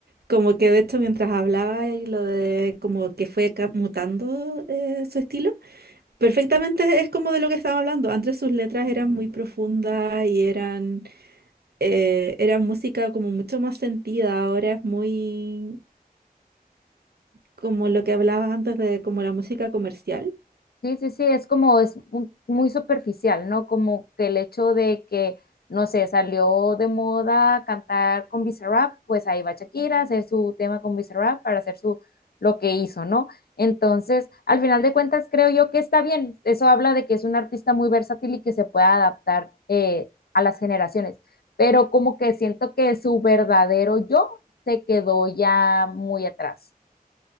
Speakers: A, on the right (about 90°); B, on the left (about 80°).
A: como que de hecho mientras hablaba y lo de como que fue ca- mutando eh, su estilo, perfectamente es como de lo que estaba hablando. Antes sus letras eran muy profundas y eran, eh, era música como mucho más sentida. Ahora es muy como lo que hablabas antes de como la música comercial.
B: Sí, sí, sí, es como, es un- muy superficial, ¿no? Como que el hecho de que, no sé, salió de moda cantar con Bizarrap, pues ahí va Shakira a hacer su tema con Bizarrap para hacer su, lo que hizo, ¿no? Entonces, al final de cuentas, creo yo que está bien. Eso habla de que es un artista muy versátil y que se puede adaptar eh, a las generaciones, pero como que siento que su verdadero yo se quedó ya muy atrás.